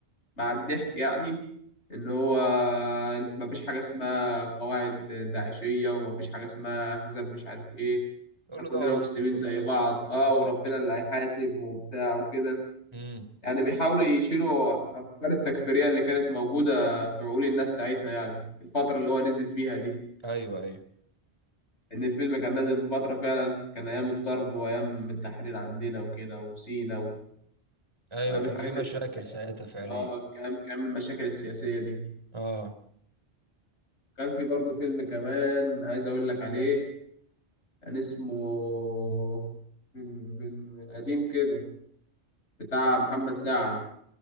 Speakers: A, on the left; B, on the right.
A: مع الضحك يعني ان هو مفيش حاجه اسمها قواعد داعشيه ومفيش حاجه اسمها احزاب مش عارف ايه
B: قول
A: إحنا
B: له
A: كلنا
B: ده وانطه
A: مسلمين زي بعض اه
B: بالظبط
A: وربنا اللي هيحاسب وبتاع وكده
B: امم
A: يعني بيحاولوا يشيلوا افكار التكفيريه اللي كانت موجوده في عقول الناس ساعتها يعني الفتره اللي هو نزل فيها دي
B: ايوه ايوه
A: ان الفيلم كان نازل في فتره فعلا كان ايام الضرب وايام التحرير عندنا وكده وسينا و...
B: ايوه
A: وايام
B: كان
A: الحاجات
B: في مشاكل
A: اللي كانت بتحصل
B: ساعتها فعليا
A: اه كام كام المشاكل السياسيه دي
B: اه
A: كان في برضه فيلم كمان عايز أقول لك عليه كان اسمه فيلم فيلم قديم كده بتاع محمد سعد